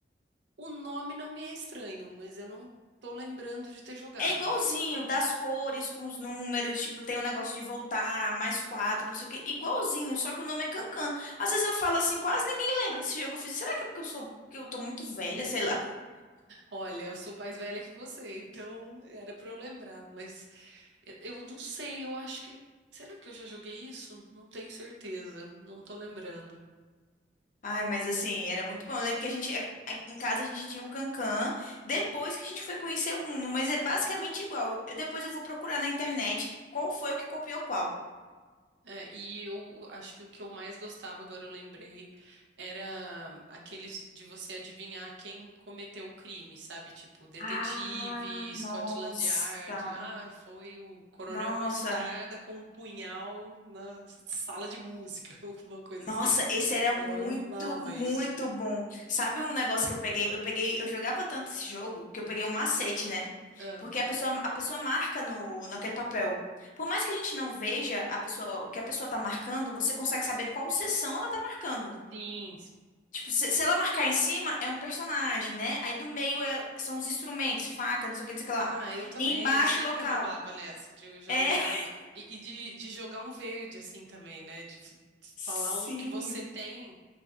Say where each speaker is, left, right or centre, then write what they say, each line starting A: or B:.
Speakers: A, on the right; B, on the left.
A: O nome não me é estranho, mas eu não tô lembrando de ter jogado.
B: É igualzinho, das cores, com os números, tipo, tem um negócio de voltar, mais quatro, não sei o quê. Igualzinho, só que o nome é Cancan. Às vezes eu falo assim, quase ninguém lembra desse jogo. Eu fiz, será que é porque eu sou, que eu tô muito velha, sei lá.
A: Olha, eu sou mais velha que você, <laughs> então era pra eu lembrar, mas eu, eu não sei, eu acho que. Será que eu já joguei isso? Não tenho certeza, não tô lembrando.
B: Ai, mas assim, era muito bom. Eu lembro que a gente, a- a- em casa a gente tinha o Cancan, depois que a gente foi conhecer o Uno, mas é basicamente igual. Eu- depois eu vou procurar na internet qual foi o que copiou qual.
A: É, e eu acho que o que eu mais gostava, agora eu lembrei, era aqueles de você adivinhar quem cometeu o crime, sabe? Tipo, detetive,
B: Ah, nossa,
A: Scotland Yard. Ah, foi o Coronel
B: nossa.
A: Mostarda com um punhal na sala de música, <laughs> alguma coisa
B: Nossa,
A: assim.
B: esse era
A: Eu
B: muito,
A: amava
B: muito
A: isso.
B: bom. Sabe um negócio que eu peguei? Eu peguei, eu jogava tanto esse jogo que eu peguei um macete, né?
A: Ah,
B: Porque a pessoa, a pessoa marca no, naquele papel. Por mais que a gente não veja a pessoa, o que a pessoa tá marcando, você consegue saber qual seção ela tá marcando.
A: sim.
B: Tipo, se, se ela marcar em cima, é um personagem, né? Aí do meio é- são os instrumentos, faca, não sei o que, não sei o que lá.
A: Ah, eu também.
B: E embaixo,
A: Sempre
B: o local.
A: roubava nessa. de- eu já
B: É,
A: olhava.
B: <laughs>
A: E, e de, de jogar um verde, assim também, né? De f-
B: sim.
A: falar um que você tem.